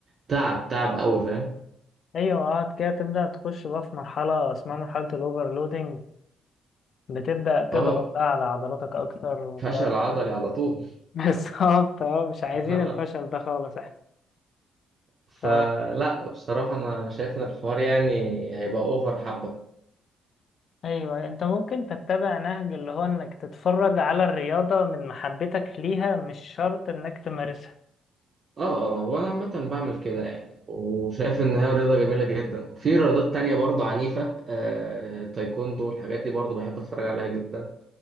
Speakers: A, on the right (about 40°); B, on the left (about 55°).
A: تعب تعب قوي فاهم
B: أيوة قعد كده تبدأ تخش بقى في مرحلة اسمها مرحلة الأوفرلودنج بتبدأ تضغط
A: اه
B: بقى على عضلاتك أكتر ومش
A: فشل
B: عارف
A: عضلي
B: إيه.
A: على طول
B: <laughs> بالظبط اه مش عايزين
A: <laughs>
B: الفشل
A: اه
B: ده خالص احنا
A: فلا
B: ف...
A: بصراحة أنا شايف إن الحوار يعني هيبقى أوفر حبة
B: أيوه أنت ممكن تتبع نهج اللي هو إنك تتفرج على الرياضة من محبتك ليها مش شرط إنك تمارسها
A: اه اه وانا عامة بعمل كده يعني وشايف ان هي رياضة جميلة جدا وفي رياضات تانية برضه عنيفة آه تايكوندو الحاجات دي برضه بحب اتفرج عليها جدا